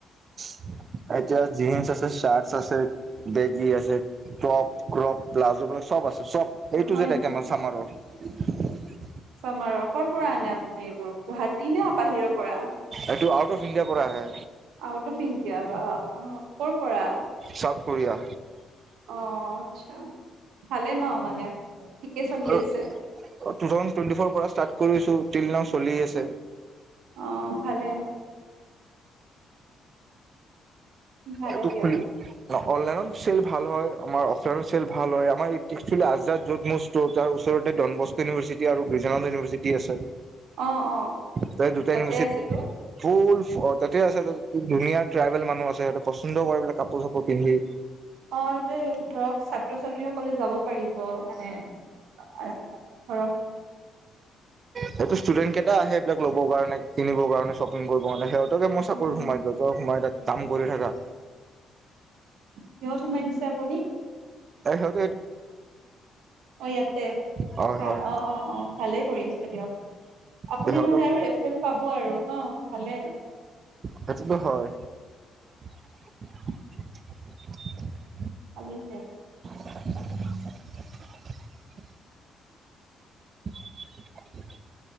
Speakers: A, on the right; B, on the right.
A: উ <unintelligible> এতিয়া জিন্স আছে চাৰৰ্চ আছে বেগী আছে টপ ক্ৰপ প্লাজো বিলাক চব আছে চব এ টো
B: হয়
A: যেপ টাইটেম
B: নেকি?
A: আছে চামাৰৰ <unintelligible>
B: চামাৰৰ কৰ পৰা আনে আপুনি এইবোৰ গুৱাহাটী নে বাহিৰৰ পৰা
A: এইটো আউট অফ ইণ্ডিয়া পৰা আহে
B: আউট অফ ইণ্ডিয়া বা ক' পৰা
A: চাউথ কোৰিয়া
B: অ আচ্ছা ভালে ন মানে ঠিকে চলি
A: টু থাউজেনড
B: আছে।
A: টুৱেটি ফ'ৰ পৰা ষ্টাৰ্ কৰিছো তিল নাও চলি আছে
B: অ ভালে ভালে
A: এইটো
B: দিয়ক
A: খুলি ন অনলাইনত চেল ভাল হয় আমাৰ অফলাইনৰ চেল ভাল হয় আমাৰ এতি ৰ্থী আজাত যত মুষ্ট তাৰ ওচৰতে ডনবস্ক ইউনিভাৰ্চিটি আৰু গিজানন্দ ইউনিভাৰ্চিটি আছে
B: অ' অ'
A: ত দুটাই
B: তাতে
A: ইউনিভাৰচিটি
B: আছেতো।
A: ফুল অ তাতে আছে ততে খুব ধুনীয়া ট্ৰাইব মানুহ আছে সিহঁতে পচন্দ কৰে বুলে কাপোৰ চাপোৰ পিন্ধি
B: অ এইটোৱে ধৰক ছাত্ৰ ছাত্ৰীসকলে যাব পাৰিব মানে ধৰক
A: সেইটো ষ্টুডেন্ট কেইটা আহে সেবিলাক ল'বৰ কাৰণে কিনিবৰ কাৰণে শ্বপিং কৰিব কাৰণে সিহঁত ত মই চাকৰি
B: অ
A: দিও তই সোমাই থাক কাম কৰি থাকা
B: কিহত সোমাই দিছে আপুনি
A: হয়
B: অ ইয়াতে
A: হয় হয়
B: অ অ অ ভালেই কৰিছে দিয়ক আপুনি
A: সিহঁতৰ
B: নহলে আৰু ৰেফাৰেঞ্চ পাব আৰু অ ভালেই
A: সেইটোতো হয় <unintelligible>
B: ভালে
A: <unintelligible> <inaudible>